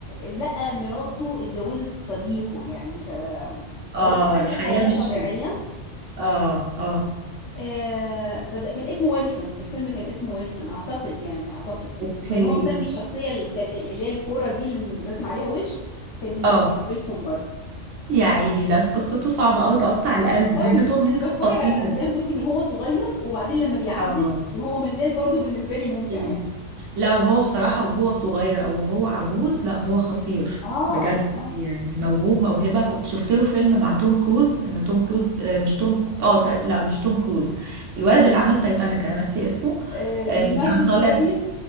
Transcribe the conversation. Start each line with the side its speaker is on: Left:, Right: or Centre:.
Left: لقى مراته اتجوزت صديقه يعني ف خلاص
Right: اه
Left: كانت عايشه
Right: الحياة
Left: حياه
Right: مشيت
Left: طبيعيه
Right: اه اه
Left: آه، فده كان اسمه ويلسون الفيلم كان اسمه ويلسون اعتقد يعني اعتقد كده
Right: اوكي
Left: وكان هو مسمي الشخصيه الك- اللي هي الكوره دي اللي مرسم عليها وش كان مسميها
Right: اه
Left: ويلسون برضه
Right: يا عيني ده قصته صعبة قوي تقطع القلب
Left: قوي
Right: مع ان توم هانكس
Left: انا بتفرج
Right: خطير
Left: على افلام بصي من هو صغير وبعدين لما بيعجز
Right: اه
Left: وهو مازال برضه بالنسبه لي ممتع
Right: اوكي
Left: يعني
Right: لا وهو بصراحة وهو صغير أو وهو عجوز لا هو خطير
Left: اه
Right: بجد
Left: اه
Right: يعني موهوب موهبة كنت شفت له فيلم مع توم كروز إن توم كروز آه، مش توم اه تق- لا مش توم كروز الولد اللي عمل تايتانيك أنا ناسية اسمه
Left: آه،
Right: آه،
Left: ليوناردو
Right: كان
Left: دي
Right: طالع
Left: كابريو